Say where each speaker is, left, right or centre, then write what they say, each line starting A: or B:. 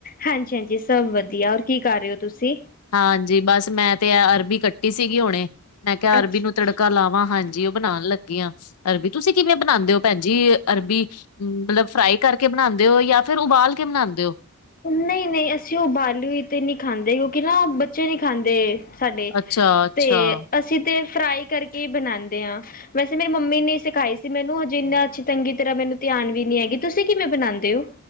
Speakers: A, on the left; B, on the left.
A: ਹਾਂਜੀ- ਹਾਂਜੀ ਸਭ ਵਧੀਆ, ਹੋਰ ਕੀ ਕਰ ਰਹੇ ਹੋ ਤੁਸੀਂ
B: ਹਾਂਜੀ, ਬਸ ਮੈਂ ਤੇ ਆ ਅਰਬੀ ਕੱਟੀ ਸੀਗੀ ਹੁਣੇ ਮੈਂ ਕਿਹਾ
A: ਅੱਛਾ
B: ਅਰਬੀ ਨੂੰ ਤੜਕਾ
A: ਅੱਛਾ
B: ਲਾਵਾਂ, ਹਾਂਜੀ ਉਹ ਬਣਾਣ ਲੱਗ ਗੀਆਂ, ਅਰਬੀ ਤੁਸੀਂ ਕਿਵੇਂ ਬਣਾਉਂਦੇ ਓ ਭੈਣਜੀ ਅਰਬੀ ਮਤਲਬ ਫਰਾਈ ਕਰਕੇ ਬਣਾਉਂਦੇ ਓ, ਯਾ ਫੇਰ ਉਬਾਲ ਕੇ ਬਣਾਉਂਦੇ ਓ
A: ਨਹੀਂ- ਨਹੀਂ ਅਸੀਂ ਉਬਾਲੀ ਹੋਈ ਤੇ ਨੀ ਖਾਂਦੇ, ਕਿਉਂਕਿ ਨਾ ਬੱਚੇ ਨੀ ਖਾਂਦੇ ਸਾਡੇ,
B: ਅੱਛਾ-ਅੱਛਾ
A: ਤੇ ਅਸ ਅਸੀ ਤੇ ਫਰਾਈ ਕਰਕੇ ਹੀ ਬਣਾਣਦੇ ਆਂ, ਵੈਸੇ ਮੇਰੀ ਮੰਮੀ ਨੇ ਸਿਖਾਈ ਮੈਨੂੰ ਹਜੇ ਇੰਨਾ ਅੱਛੀ ਤੰਗੀ ਤਰ੍ਹਾਂ ਮੈਨੂੰ ਧਿਆਨ ਵੀ ਨੀ ਹੈਗੀ, ਤੁਸੀਂ ਕਿਵੇਂ ਬਣਾਉਂਦੇ ਓ